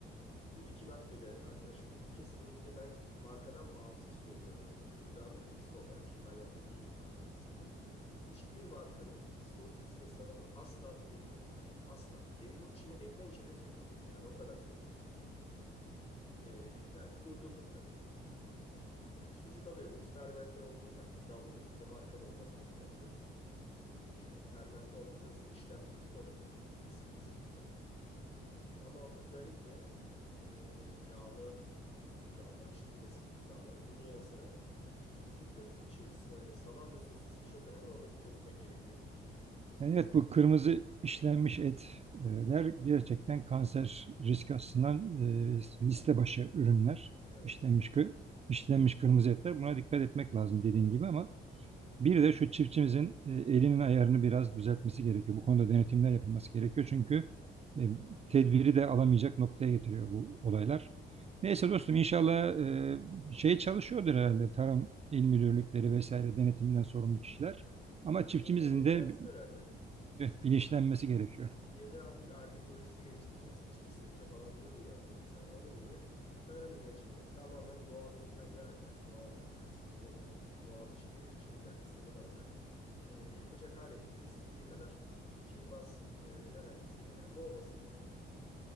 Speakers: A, on the left (about 30°); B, on the right (about 30°).
A: Dedi ki bak dedi arkadaşım dedi kesinlikle ben markadan bağımsız söylüyorum dedi. Bir gıda mühendisi olarak ki bayağı da iyi bir gıda mühendisiydi. Hiçbir markanın sosis ve salamını asla tüketmeyin dedi. Yani asla bak evinin içine evden içeriye sokma dedi. Yani o kadar söylüyorum sana dedi çocuk. Ee, ben de durdurdum tabii. Ee, yani sucuk alıyor muyuz? Fermente olduğu takdirde alıyoruz. Bir de markalı olmasına dikkat ediyoruz. Ee, fermente olmayınca ısıl işlem görüyor. O da tabii bir risk oluşturuyor. E, ama özellikle e, yağlı e, gıdalar, işte fast food gıdaları bunun yanı sıra sucuk ve şey sa- salam ve sosis de çok önemli. Ona dikkat etmek gerekiyor.
B: Yani evet bu kırmızı işlenmiş etler gerçekten kanser riski açısından e, liste başı ürünler.
A: Evet.
B: İşlenmiş, kı- işlenmiş kırmızı etler. Buna dikkat etmek lazım dediğin
A: Hı hı.
B: gibi ama Bir de şu çiftçimizin e, elinin ayarını biraz düzeltmesi gerekiyor. Bu konuda denetimler yapılması gerekiyor. Çünkü e, tedbiri de alamayacak noktaya getiriyor bu olaylar. Neyse dostum inşallah e, şey çalışıyordur herhalde tarım il müdürlükleri vesaire denetimden sorumlu kişiler.
A: Çalışıyorlar
B: Ama çiftçimizin
A: ama yetersiz
B: de
A: herhalde.
B: evet, bilinçlenmesi gerekiyor.
A: Ya da abi bir Ar-Ge projesi geliştireceksin. İşte sirke falan diyordun ya az önce sen. Onun gibi tarım ilacını tamamen doğal yöntemlerle, doğal e, sirke gibi doğal bir ş- e, şeylerle, sıvılarla e, yapacak hale getir. İstediği kadar şey bassın. e, herhangi bir zehirlenme olmasın yani.